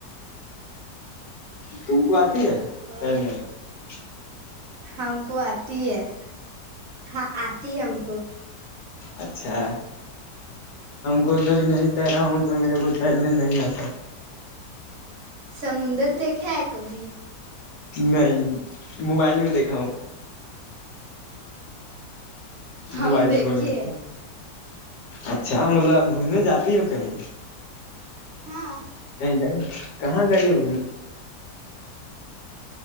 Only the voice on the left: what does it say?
تم کو آ <unintelligible> ا ہے
<unintelligible>
اچھا ان کو کبھی نہیں تیرا ہوں تو میرے کو پہلنے نہیں آئے
نہیں موبائل میں دیکھا ہوں
موبائل
فون میں اچھا مطلب اب گھومنے جاتی ہو کہیں
کیں کیایں کہاں گئیے گھومنے